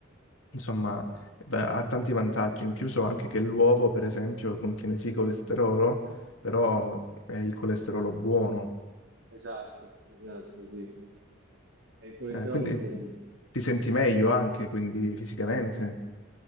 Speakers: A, on the left; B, on the right.
A: insomma, va- ha tanti vantaggi. In più so anche che l'uovo, per esempio, contiene sì colesterolo, però è il colesterolo buono.
B: Esatto, esatto, sì. È il colesterolo
A: Eh, quindi
B: buono.
A: ti senti meglio anche, quindi fisicamente.